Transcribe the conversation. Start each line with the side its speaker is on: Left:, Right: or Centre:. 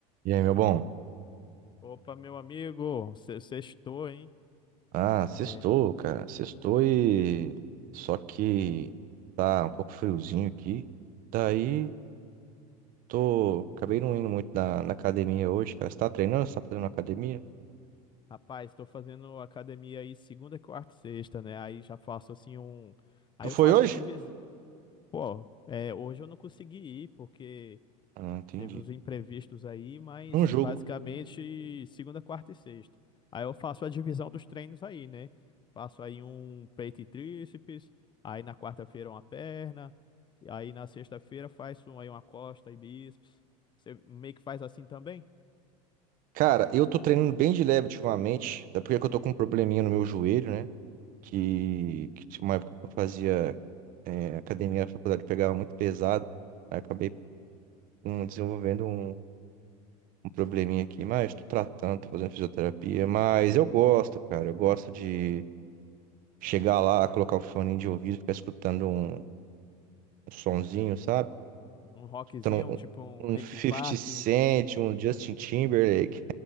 Right: E aí, meu bom?
Left: Opa, meu amigo, se- sextou, hein?
Right: Ah, sextou,
Left: É,
Right: cara. Sextou e. Só que tá um pouco friozinho aqui. Daí, tô. Acabei não indo muito na, na academia hoje, cara. Você tá treinando? Você tá fazendo academia?
Left: rapaz, estou fazendo academia aí segunda, quarta e sexta, né? Aí já faço assim um. Aí
Right: Tu foi
Left: eu faço
Right: hoje?
Left: a divisão. Pô, é, hoje eu não consegui ir porque
Right: Ah, entendi.
Left: teve os imprevistos aí, mas
Right: Num jogo.
Left: basicamente segunda, quarta e sexta. Aí eu faço a divisão dos treinos aí, né? Faço aí um peito e tríceps, aí na quarta-feira uma perna, e aí na sexta-feira faço aí uma costa e bíceps. Você meio que faz assim também?
Right: Cara, eu tô treinando bem de leve ultimamente. Até porque eu tô com um probleminha no meu joelho, né? Que, que tinha uma época que eu fazia é, academia na faculdade, pegava muito pesado. Aí acabei hum, desenvolvendo um um probleminha aqui, mas tô tratando, tô fazendo fisioterapia. Mas eu gosto, cara. Eu gosto de chegar lá, colocar o fone de ouvido, ficar escutando um, um sonzinho, sabe?
Left: Um rockzinho,
Right: Escutando
Left: um tipo um
Right: um,
Left: Linkin
Right: um fifty
Left: Park.
Right: Cent, um Justin Timberlake.